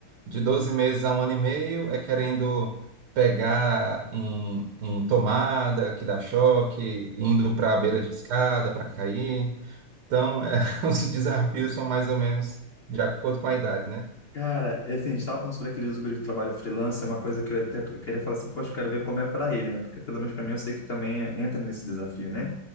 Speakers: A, on the right; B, on the left.
A: De 12 meses a um ano e meio é querendo pegar em, em tomada, que dá choque, indo para a beira de escada para cair. Então, é, <laughs> os desafios são mais ou menos de acordo com a idade, né?
B: Cara, é assim, a gente estava falando sobre aquele sobre o trabalho freelance, é uma coisa que eu até queria falar assim, poxa, eu quero ver como é para ele, né? Porque pelo menos para mim eu sei que também entra nesse desafio, né?